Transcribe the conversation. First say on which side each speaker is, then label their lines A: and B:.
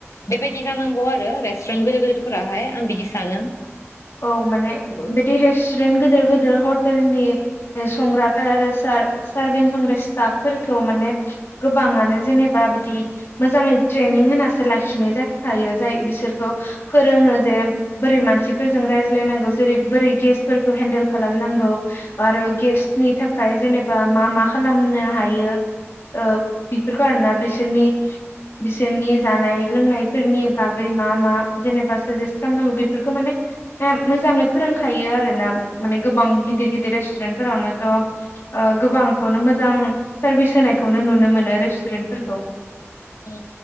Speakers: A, on the left (about 80°); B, on the left (about 60°).
A: बेबायदि जानांगौ आरो रेस्टुरेन्ट गिदिर गिदिरफोराहाय आं बिदि सानो।
B: औ माने बिदि रेस्टुरेन्ट गोदिर गोदिर हटेलनि संग्राफोर आरो सार सारभिं संग्रा स्टाफफोरखौ माने गोबाङानो जेनेबा बिदि मोजाङै ट्रेनिं होनासो लाखिनाय जाखायो जाय बिसोरखौ फोरोङो जे बोरै मानसि फोरजों रायज्लायनांगौ जेरै बोरै गेसफोरखौ हेन्देल खालामनांगौ आरो गेसनि थाखाय जेनेबा मा मा खालामनो हायो ओ बेफोरखौ आरोना बिसोरनि बिसोरनि जानाय लोंनायफोरनि बागै मा मा जेनेबा साजेस्ट खालामनांगौ बेफोरखौ माने ह मोजाङै फोरोंखायो आरो ना माने गोबां गिदिर गिदिर रेस्टुरेन्ट फोरावनोथ गोबांखौनो मोजां सारभिस होनायखौनो नुनो मोनो रेस्टुरेन्टफोरखौ
A: उ